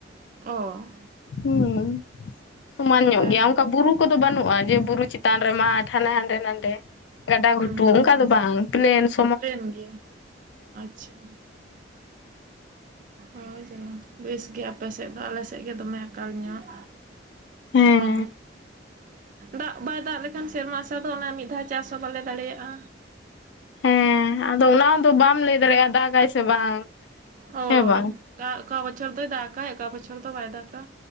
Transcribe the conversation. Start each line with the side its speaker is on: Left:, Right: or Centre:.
Right: ᱚ
Left: ᱦᱩᱸ ᱥᱚᱢᱟᱱ ᱧᱚᱜ
Right: ᱦᱮᱸᱛᱚ
Left: ᱜᱮᱭᱟ ᱚᱱᱠᱟ ᱵᱩᱨᱩᱼᱼ ᱠᱚᱫᱚ ᱵᱟᱹᱱᱩᱜᱼᱟ ᱡᱮ ᱵᱩᱨᱩ ᱪᱮᱛᱟᱱ ᱨᱮ ᱢᱟᱴᱷ ᱦᱟᱱᱮ ᱦᱟᱸᱰᱮ ᱱᱟᱰᱮ ᱜᱟᱰᱟ
Right: ᱦᱩᱸ
Left: ᱜᱷᱩᱴᱩ, ᱫᱚ ᱵᱟᱝ ᱯᱞᱮᱱᱥ
Right: ᱯᱞᱮᱱ ᱜᱮᱭᱟ ᱟᱪᱪᱷᱟ ᱚ ᱡᱟᱞᱟ ᱵᱮᱥ ᱜᱮ ᱟᱯᱮ ᱥᱮᱫ ᱫᱚ ᱟᱞᱮ ᱥᱮᱫ ᱜᱮ ᱫᱚᱢᱮ ᱟᱠᱟᱞ ᱧᱚᱜ
Left: ᱦᱮᱸ
Right: ᱵᱟᱝ ᱫᱟᱜ ᱵᱟᱭ ᱫᱟᱜ ᱞᱮᱠᱷᱟᱱ ᱥᱮᱨᱢᱟ ᱟᱥᱟ ᱫᱚ ᱚᱱᱟ ᱢᱤᱫ ᱫᱷᱟᱣ ᱪᱟᱥ ᱦᱚᱸ ᱵᱟᱞᱮ ᱫᱟᱲᱮᱭᱟᱜᱼᱟ᱾
Left: ᱦᱮᱸ ᱟᱫᱚ ᱚᱱᱟ ᱦᱚᱸ ᱫᱚ ᱵᱟᱢ ᱞᱟᱹᱭ ᱫᱟᱲᱮᱭᱟᱜᱼᱟ ᱫᱟᱜᱟᱭ ᱥᱮ ᱵᱟᱝ?
Right: ᱦᱳᱭ
Left: ᱦᱮᱸ ᱵᱟᱝ
Right: ᱚᱠᱟ ᱚᱠᱟ ᱵᱚᱪᱷᱚᱨ ᱫᱚᱭ ᱫᱟᱜᱟᱭ ᱚᱠᱟ ᱵᱚᱪᱷᱚᱨ ᱫᱚ ᱵᱟᱭ ᱫᱟᱜᱟ,